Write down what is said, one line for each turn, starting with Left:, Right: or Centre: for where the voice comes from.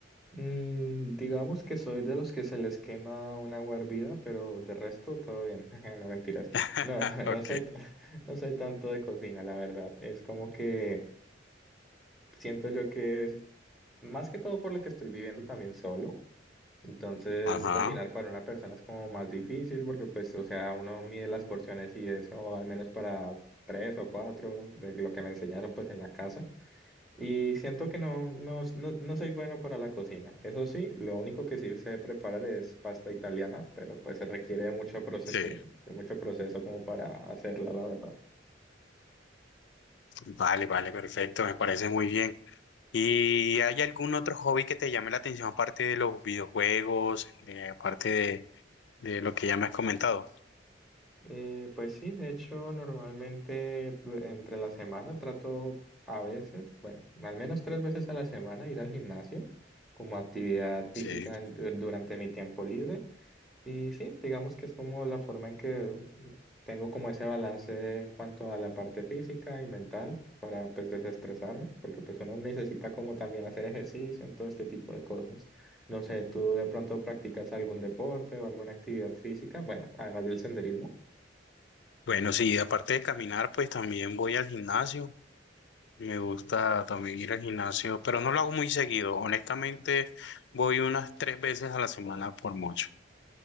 Centre: Mm, digamos que soy de los que se les quema un agua hervida, pero de resto todo bien. <laughs> No mentiras.
Left: <laughs>
Centre: No, <laughs> no
Left: Ok.
Centre: soy, t- <laughs> no soy tanto de cocina, la verdad. Es como que siento yo que es más que todo por lo que estoy viviendo también solo. Entonces,
Left: Ajá,
Centre: cocinar para una persona es como más difícil porque, pues, o sea, uno mide las porciones y eso, al menos para tres o cuatro de lo que me enseñaron, pues, en la casa. Y siento que no, no, no, no soy bueno para la cocina. Eso sí, lo único que sí sé preparar es pasta italiana, pero pues se requiere de mucho proceso,
Left: sí.
Centre: de mucho proceso como para hacerla, la verdad.
Left: Vale, vale, perfecto, me parece muy bien. ¿Y hay algún otro hobby que te llame la atención aparte de los videojuegos, eh, aparte de, de lo que ya me has comentado?
Centre: Eh, pues sí, de hecho, normalmente du- entre la semana trato a veces, bueno, al menos tres veces a la semana ir al gimnasio como actividad física
Left: Sí.
Centre: en- du- durante mi tiempo libre. Y sí, digamos que es como la forma en que mm, tengo como ese balance en cuanto a la parte física y mental para pues desestresarme, porque pues uno necesita como también hacer ejercicio en todo este tipo de cosas. No sé, ¿tú de pronto practicas algún deporte o alguna actividad física? Bueno, además del senderismo.
Left: Bueno, sí, aparte de caminar, pues también voy al gimnasio. Me gusta también ir al gimnasio, pero no lo hago muy seguido. Honestamente, voy unas tres veces a la semana por mucho,